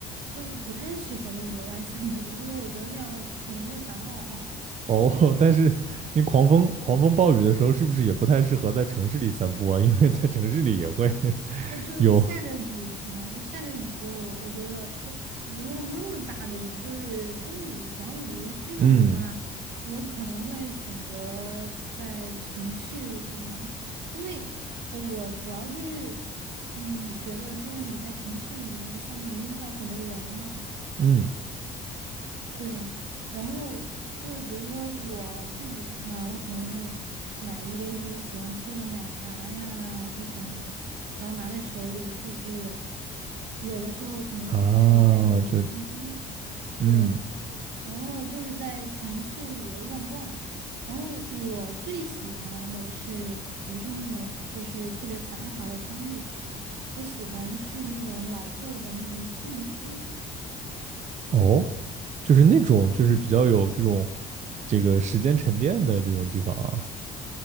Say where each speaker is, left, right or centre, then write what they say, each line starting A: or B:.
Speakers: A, on the right; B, on the right.
A: 就是不太适合在野外散步，因为我觉得那样可能会感冒。<laughs>
B: 哦，<laughs> 但是你狂风狂风暴雨的时候，是不是也不太适合在城市里散步啊？因为在城市里也会 <laughs>
A: 不就是下着雨嘛，
B: 有，
A: 就下着雨就我觉得就不用那么大的雨，就是中雨、小雨这种的话，
B: 嗯
A: 我可能会选择在城市里面，因为呃我主要就是嗯觉得就是你在城市里面散步，你会遇到很多人嘛，
B: 嗯
A: 对，然后就是比如说我自己的话，我可能会买一杯自己喜欢喝的奶茶呀，或什么的，然后拿在手里，就是有的时候可能还会带着我的相机，
B: 啊，就
A: 对，
B: 嗯
A: 然后就是在城市里乱逛，然后我最喜欢的是不是那种就是特别繁华的商业区，我喜欢去那种老旧的那种居民区。
B: 哦，就是那种就是比较有这种这个时间沉淀的这种地方啊。